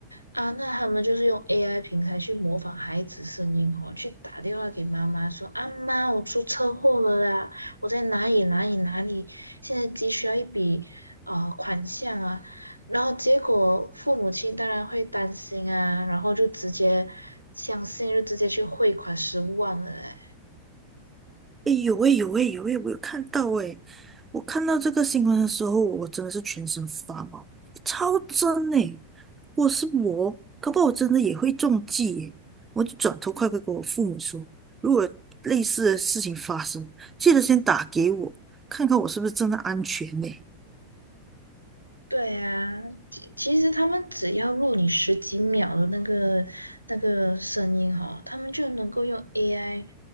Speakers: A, on the right (about 85°); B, on the right (about 15°).
A: 啊，那他们就是用 AI 平台去模仿孩子声音哦，去打电话给妈妈说：“阿妈，我出车祸了啦，我在哪里哪里哪里，现在急需要一笔呃款项啊。”然后结果父母亲当然会担心啊，然后就直接相信，就直接去汇款十五万了诶。
B: 哎呦喂，有喂，有喂，我有看到哎，我看到这个新闻的时候，我真的是全身发毛，超真哎。我是我，可不好我真的也会中计耶。我就转头快快跟我父母说，如果类似的事情发生，记得先打给我，看看我是不是真的安全呢？
A: 对啊，其其实他们只要录你十几秒的那个那个声音哈，他们就能够用 AI